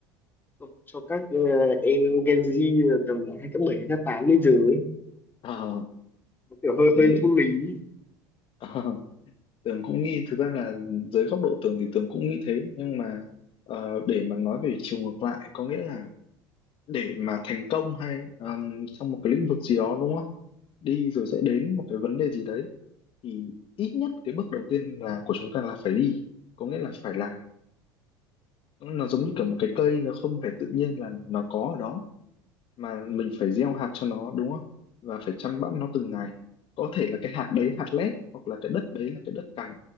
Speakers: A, on the left (about 15°); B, on the left (about 45°).
A: cho, cho các ờ, em Gen Z ờ, tầm hai cấp bảy cấp tám lên dưới ấy.
B: Ờ,
A: nó kiểu hơi
B: thì
A: hơi vô lý
B: <laughs> Tường cũng nghĩ thực ra là dưới góc độ Tường thì Tường cũng nghĩ thế nhưng mà ờ, để mà nói về chiều ngược lại có nghĩa là để mà thành công hay ờ, trong một cái lĩnh vực gì đó đúng không đi rồi sẽ đến một cái vấn đề gì đấy thì ít nhất cái bước đầu tiên là của chúng ta là phải đi có nghĩa là phải làm nó nó giống như kiểu một cái cây nó không phải tự nhiên là nó có ở đó mà mình phải gieo hạt cho nó đúng không và phải chăm bẵm nó từng ngày có thể là cái hạt đấy hạt lép hoặc là cái đất đấy là cái đất cằn